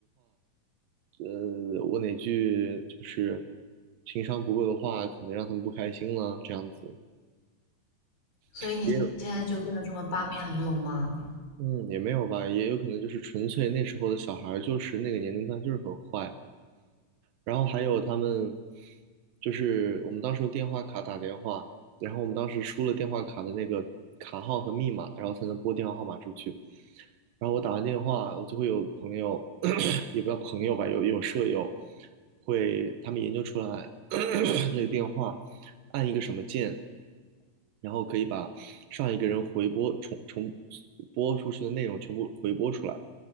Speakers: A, on the right (about 85°); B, on the left (about 80°).
A: 呃，我哪句就是情商不够的话，可能让他们不开心了，这样子。
B: 所以你现在就变得这么八面玲珑吗？
A: 也有，嗯，也没有吧，也有可能就是纯粹那时候的小孩儿就是那个年龄段就是很坏，然后还有他们，就是我们当时用电话卡打电话，然后我们当时输了电话卡的那个卡号和密码，然后才能拨电话号码出去。然后我打完电话，我就会有朋友，<clears throat> 也不叫朋友吧，有有舍友会，他们研究出来 <coughs> <clears throat> 那个电话按一个什么键，然后可以把上一个人回拨重重播出去的内容全部回拨出来。